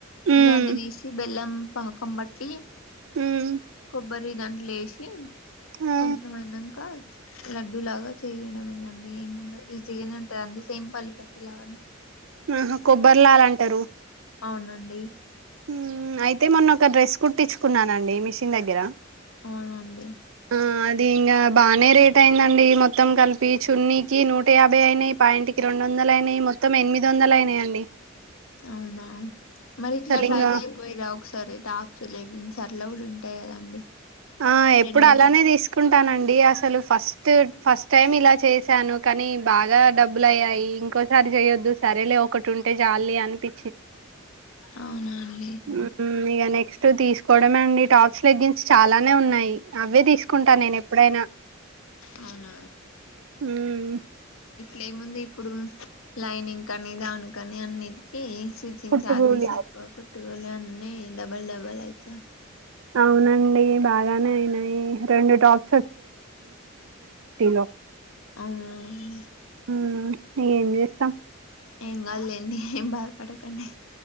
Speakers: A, on the right (about 70°); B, on the left (about 85°).
A: మ్మ్
B: దాన్ని తీసి బెల్లం పాకం పట్టి
A: మ్మ్
B: కొబ్బరి దాంట్లేసి
A: ఆ
B: కొంచం అయినాంక లడ్డూ లాగా చేయడంమేనండి ఏముండద్ ఈజీగానే ఉంటది అండి సేమ్ పల్లిపట్టి లాగానే
A: ఆహ కొబ్బరి లా ల అంటారు
B: అవునండి
A: ఉమ్ అయితే మొన్న ఒక డ్రెస్ కుట్టించుకున్నానండి మిషిన్ దగ్గర
B: అవున అండి
A: ఉమ్ అది ఇంగ బానే రేట్ అయిందండి మొత్తం కలిపి చున్నీకి నూట యాభై అయినాయి పాయింట్కి రెండు వందలు అయినాయి మొత్తం ఎనిమిది వందలు అయినాయి అండి
B: అవునా మరి ఇట్లా ట్రై
A: ఇంగా
B: చేయకపోయిరా ఒకసారి టాప్స్ లెగ్గిన్స్ అట్ల కూడా ఉంటాయి కదండి
A: ఆ ఎప్పుడు
B: రెడీమేడ్
A: అలానే తీసుకుంటానండి డి అసలు ఫస్ట్ ఫస్ట్ టైం ఇలా చేసాను కానీ బాగా డబ్బులు అయ్యాయి ఇంకోసారి చేయొద్దు సరేలే ఒకటి ఉంటే చాల్లె అనిపి
B: అవునా అండి
A: మ్మ్ ఇగ నెక్స్ట్ తీసుకోవడంమే అండి టాప్స్ లెగ్గిన్స్ చాలానే ఉన్నాయి అవే తీసుకుంటా నేను ఎప్పుడైనా
B: అవునా
A: ఉమ్
B: లేముంది ఇప్పుడు లైనింగ్ కనీ దానికని అన్నిటికీ చూచిన
A: కుట్టుకూలి
B: చార్జెస్ ఎక్కువ టూల్ అన్నీ డబల్ డబల్ అయిత
A: అవునండి బాగానే అయినాయి రెండు టాప్ లో
B: అవునా డీ
A: మ్మ్ ఏం చేస్తాం
B: ఏం కాద్ లేండి ఏం బాధపడకండి